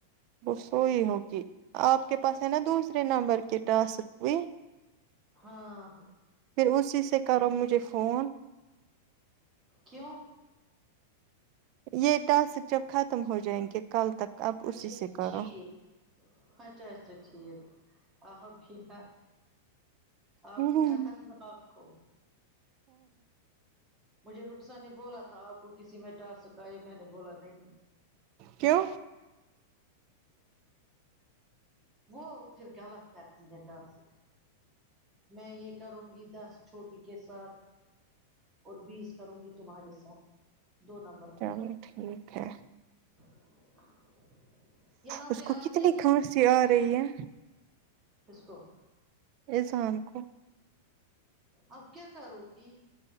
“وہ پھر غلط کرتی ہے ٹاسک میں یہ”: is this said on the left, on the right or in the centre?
Right